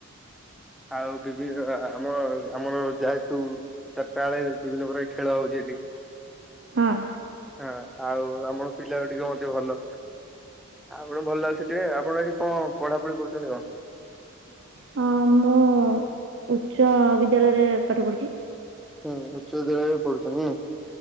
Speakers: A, in the centre; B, on the right.
A: ଆଉ ବିଭି ଆମର ଆମର ଯାହେତୁ ଚାରିଟା ବେଳେ ବିଭିନ୍ନ ପ୍ରକାର ଖେଳ ହଉଛି ଏଠି।
B: ହଁ।
A: ହଁ, ଆଉ ଆମର ପିଲା ଗୁଡିକ ମଧ୍ୟ ଭଲ। ଆପଣ ଭଲ ଲାଗୁଛି ଟିକେ ଆପଣ ଏଠି କଣ ପଢାପଢି କରୁଛନ୍ତି କଣ?
B: ହଁ, ମୁଁ ଉଚ୍ଚ ବିଦ୍ୟାଳୟରେ ପାଠ ପଢୁଛି।
A: ହୁଁ, ଉଚ୍ଚ ବିଦ୍ୟାଳୟରେ ପଡୁଛନ୍ତି ହୁଁ।